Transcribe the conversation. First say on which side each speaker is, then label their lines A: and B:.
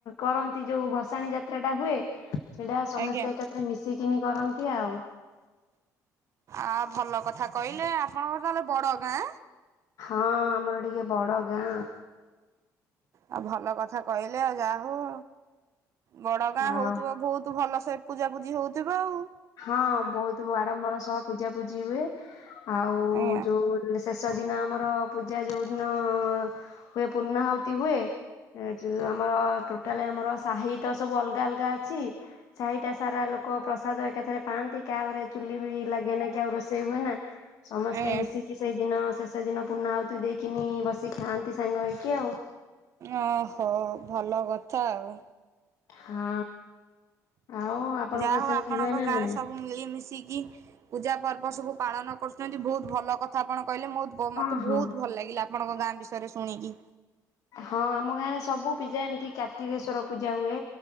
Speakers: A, on the left (about 60°); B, on the right (about 50°).
A: କରନ୍ତି ଯୋଉ ଭସାଣି ଯା ତ୍ରା ଟା ହୁଏ ସେଟା ସମସ୍ତେ
B: ଆଜ୍ଞା।
A: ଏକାଥରେ ମିଶିକିନି କରନ୍ତି ଆଉ।
B: ଆ ଭଲ କଥା କହିଲେ ଆପଣଙ୍କର ତାହେଲେ ବଡ ଗାଁ?
A: ହଁ ଆମର ଟିକେ ବଡ ଗାଁ।
B: ଆଉ ଭଲ କଥା କହିଲେ ଆଉ ଯା ହଉ। ବଡ ଗାଁ ହଉଥିବ
A: ଆଉ
B: ବହୁତୁ ଭଲସେ ପୂଜାପୁଜି ହଉଥିବ ଆଉ।
A: ହଁ ବହୁତୁ ଆଡମ୍ବର ସହ ପୂଜାପୂଜି ହୁଏ, ଆଉ
B: ଆଜ୍ଞା
A: ଯୋଉ ଲି ଶେଷ ଦିନ ଆମର ପୂଜା ଯୋଉ ଦିନ ହୁଏ ପୂର୍ଣ୍ଣାହୁତି ହୁଏ। ଏ ଯୋଉ ଆମର ଟୋଟାଲ ଆମର ସାହି ତ ସବୁ ଅଲଗା ଅଲଗା ଅଛି ସାହିଟା ସାରା ଲୋକ ପ୍ରସାଦ ଏକା ରେ ପାଆନ୍ତି କା ଘରେ ଚୁଲି ବି ଲାଗେନା କି ଆଉ ରୋଷେଇ ହୁଏ ନା, ସମସ୍ତେ
B: ଆଜ୍ଞା
A: ମିଶି କି ସେଇଦିନ ଶେଷ ଦିନ ପୂର୍ଣ୍ଣାହୁତି ଦେଇକିନି ବସିି ଖାଆନ୍ତି ସାଙ୍ଗ ହେଇକି ଆଉ।
B: ଓହୋ ଭଲ କଥା ଆଉ।
A: ହଁ ଆଉ ଆପଣଙ୍କର
B: ଯାହା ହଉ
A: ସେମିତି
B: ଆପଣଙ୍କ
A: ହୁଏ ନା
B: ଗାଁରେ
A: ନାଇଁ?
B: ସବୁ ମିଳିମିଶିକି ପୂଜା ପର୍ବ ସବୁ ପାଳନ କରୁଛନ୍ତି ବହୁତ ଭଲ କଥା ଆପଣ କହିଲେ ମୋଦ ବ
A: ହଁ
B: ମୋତେ
A: ହଁ
B: ବହୁତ ଭଲ ଲାଗିଲା ଆପଣଙ୍କ ଗାଁ ବିଷୟରେ ଶୁଣିକି।
A: ହଁ ଆମ ଗାଁ ରେ ସବୁ ପୂଜା ଏମିତି କାର୍ତ୍ତିକେଶ୍ଵର ପୂଜା ହୁଏ,